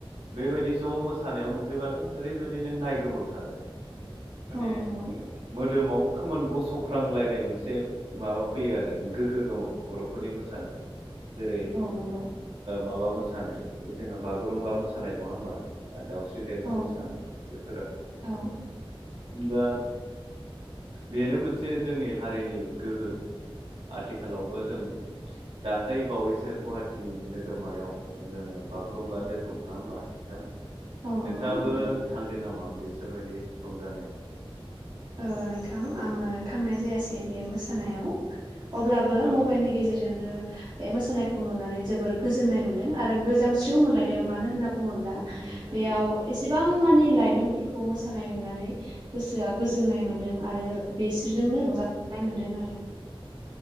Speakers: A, on the right; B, on the right.
A: बेबायदि ज' मोसानायाव नुहैबाथाय ओरैबायदि नों नाय गोमोखागोन माने
B: औ नंगौ
A: मोदोमाव खोमोन गसंख्रांलायनाय मोनसे माबा फैयो आरो गोहो दङ बर'फोरनि मोसानायाव जेरै
B: औ नंगौ
A: माबा मोसानाय जोंहा बागुरुम्बा मोसानाय नङा होमबा दावस्रि देेलाय
B: औ
A: मोसानाय बेफोराव
B: औ
A: दा बेनो मोनसे जोंनि हारिनि गोहो आथिखालावबो जों दाख्लै बावैसो गुवाहाटि नोगोरमायाव जोङो बागुरुम्बा दोहौ नङा होमबा नोंथां
B: नंगौ
A: नोंथाङाबो
B: नंगौ
A: दों नामा बिसोरबायदि रंजानायाव
B: ओ नोंथां आङो थांनाय जायासै बे मोसानायाव अब्लाबो
A: औ
B: मबाइलनि गेजेरजोंनो बे मोसा मोसानायखौ नुनानै जोबोर गोजोननाय मोनदों आरो गोजांस्रियाव मोनलायदों मानो होनना बुङोब्ला
A: उम
B: बेयाव एसेबां मानि लाइमोनफोरखौ मोसानाय नुनानै गोसोआ गोजोननाय मोन्दों आरो बेसोरजोंनो रंजानाय मोन्दों आरो